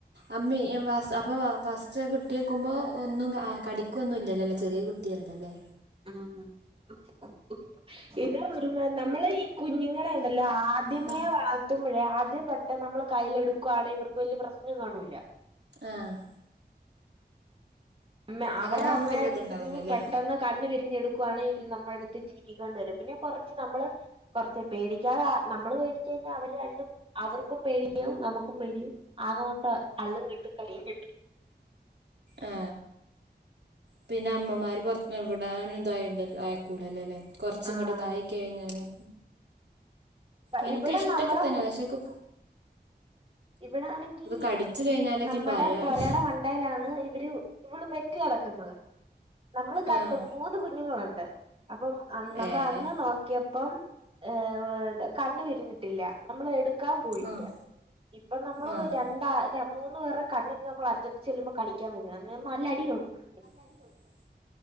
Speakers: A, on the right; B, on the right.
A: അമ്മെ <unintelligible> അപ്പൊ ഫസ്റ്റ് കിട്ടിയക്കുമ്പോ ഒന്നും ആ കടിക്. <inaudible> കുിക്കൊന്നും ഇല്ല അല്ലെ. ചെറിയ കുട്ടിയല്ലലേ.
B: ആ <unintelligible> ഇതാ <inaudible> ഒരു നമ്മള് ഈ കുഞ്ഞുങ്ങളെ ഉണ്ടല്ലോ. ആദ്യമേ
A: ഉം
B: വളർത്ത <inaudible> <unintelligible> ആദ്യം തൊട്ടെ നമ്മള് കൈൽ എടുക്കുവാണെങ്കി ഇവർക്ക് വല്ല്യ പ്രശ്നം കാണൂല്ല.
A: ആ.
B: അമ്മെ അവറ
A: അങ്ങനെ
B: <unintelligible>
A: ആകുമ്പോ
B: അമ്മ
A: വലിയ
B: അടുത്തന്ന്
A: ഇതുണ്ടാവൂലല്ലേ
B: പെട്ടെന്ന് കണ്ണ് വിരിഞ്ഞ് <unintelligible> <unintelligible> നമ്മുടെ അടുത്ത് ചീറ്റി കൊണ്ട്വരും. പിന്നെ കുറച്ച് നമ്മള് കുറച്ച് പേടിക്കാതെ. നമ്മൾ പേട <unintelligible> <unintelligible> അവർക്കും പേടിയും നമുക്കും പേടിയും. ആകമൊത്തം അള്ളും കിട്ടും കടിയും കിട്ടും.
A: ആ. പിന്നെ അമ്മമാര് പൊർത്ത് എവിടാന ഇതായി അയക്കൂലല്ലോല്ലേ. കൊറച്ചും
B: ആഹ്
A: കൂടെ ഇതായി കഴിഞ്ഞാന്. ഇൻക്ക്
B: ഇവിടെ
A: ഇഷ്ടൊക്കെ
B: നമ്മടെ
A: തന്നെ. പക്ഷക്കെ
B: ഇവിടേണങ്കി
A: കടിച്ചു
B: ഈ
A: കഴിഞ്ഞാലൊക്കെ
B: നമ്മടെ
A: ഭയാണ്
B: പൊരേടെ മണ്ടയിലാണ് ഇവര് ഇവള് പെറ്റ് കിടക്കു <unintelligible> നമ്മള് കണ്ട്
A: ആഹ്
B: മൂന്ന് കുഞ്ഞുങ്ങളുണ്ട്. അപ്പം അ <unintelligible> നമ്മൾ
A: ഏഹ്
B: അന്ന് നോക്കിയപ്പം. ഏ എന്താ കണ്ണ് വിരിഞ്ഞിട്ടില്ല. നമ്മള് എടുക്കാൻ പോയില്ല.
A: ആഹ്
B: ഇപ്പം നമ്മള്
A: ആഹ്
B: രണ്ടാ <unintelligible> മൂന്ന് പേര <unintelligible> കണ്ണിന് നമ്മൾ <unintelligible> ചെല്ലുമ്പോ കളിക്കാൻ. <unintelligible> <inaudible>
A: അോ <inaudible>